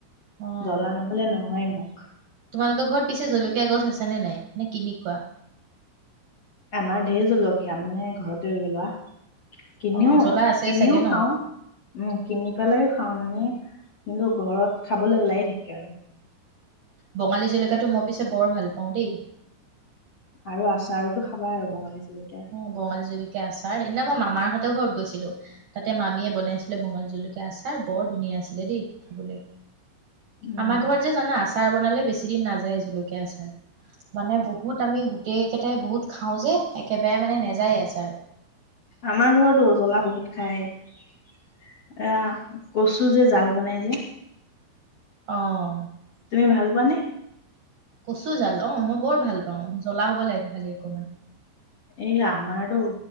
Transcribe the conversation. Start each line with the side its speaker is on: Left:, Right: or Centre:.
Right: অ,
Left: জ্বলা নহ'লে নহয়ে মোক।
Right: তোমালোকৰ ঘৰত পিছে জলকীয়া গছ আছে নে নাই? নে কিনি খোৱা?
Left: আমাৰ ঢেৰ জলকীয়া মানে ঘৰতে ৰুই লোৱা। কিনিও,
Right: অ, জ্বলা আছে
Left: কিনিও
Right: চাগে ন
Left: খাওঁ উম, কিনি পেলাইও খাওঁ মানে কিন্তু ঘৰত খাবলৈ ওলাই থাকে আৰু।
Right: বঙালী জলকীয়াটো মই পিছে বৰ ভাল পাওঁ দেই।
Left: আৰু আচাৰতো খাবা আৰু বঙালী জলকীয়া
Right: অ', বঙালী জলকীয়া আচাৰ সেদিনা মই মামাৰহঁতৰ ঘৰত গৈছ তাতে মামীয়ে বনাইছিলে বঙালী জলকীয়া আচাৰ বৰ ধুনীয়া আছিলে দেই খাবলে।
Left: উম
Right: আমাৰ ঘৰত যে, জানা? আচাৰ বনালে বেছি দিন নাযায় জলকীয়া আচাৰ, মানে বহুত আমি গোটেই কেইটাই বহুত খাওঁ যে, এক একেবাৰে মানে নেযায়ে আচাৰ।
Left: আমাৰ ঘৰতো জ্বলা বহুত খায়। এ, কচু যে, জাল বনাই যে
Right: অহ।
Left: তুমি ভাল পোৱানে?
Right: কচু জাল অ', মই বৰ ভাল পাওঁ জ্বলা হ'ব লাগে খালি অকমান।
Left: এই আমাৰতো,